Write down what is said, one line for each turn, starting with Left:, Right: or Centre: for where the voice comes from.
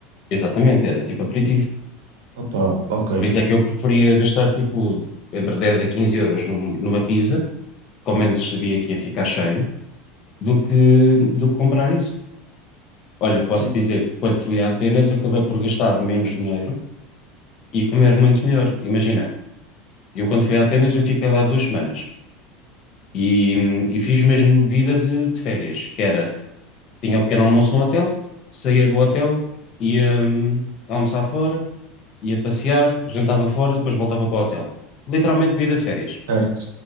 Left: exatamente, era tipo aperitivo.
Right: Opa, ok.
Left: Por isso é que eu preferia gastar tipo entre 10 a 15 euros num- numa pizza, que ao menos sabia que ia ficar cheio, do que, do que comprar isso. Olha, posso
Right: Sim,
Left: dizer que quando fui a Atenas acabei por gastar menos dinheiro e comer muito melhor. Imagina, eu quando fui a Atenas eu fiquei lá duas semanas e, e fiz mesmo vida de, de férias, que era, tinha o pequeno almoço no hotel, saía do hotel, ia hum, almoçar fora, ia passear, jantava fora, depois voltava para o hotel. Literalmente vida de férias.
Right: certo.